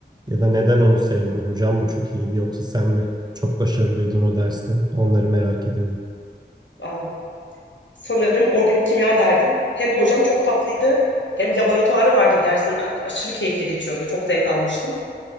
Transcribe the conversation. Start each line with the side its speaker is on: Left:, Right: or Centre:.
Right: Ya da neden onu sevdin? Hocam mı çok iyiydi yoksa sen mi çok başarılıydın o derste? Onları merak ediyorum.
Left: Aa, sanırım organik kimya derdim. Hem hocam çok tatlıydı, hem laboratuvarı vardı dersin. A- Aşırı keyifli geçiyordu, çok zevk almıştım.